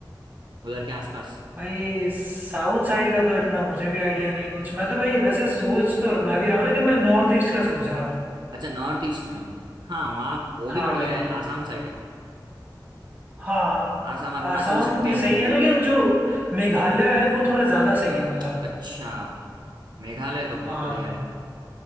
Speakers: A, on the right; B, on the right.
A: उधर के आसपास
B: भाई साउथ साइड का तो इतना मुझे भी आइडिया नहीं कुछ मैं तो भाई वैसे सोच तो मैं भी रहा हूँ लेकिन मैं नॉर्थ ईस्ट का सोच रहा हूँ
A: अच्छा नॉर्थ ईस्ट में हाँ वहाँ वो
B: हाँ
A: भी बढ़िया
B: भाई
A: है आसाम साइड
B: हाँ हाँ
A: आसाम अरुणाचल
B: आसाम
A: सिक्किम
B: भी सही है लेकिन जो मेघालय है वो थोड़ा ज़्यादा सही है मतलब
A: अच्छा मेघालय तो बहुत
B: हाँ
A: बढ़िया है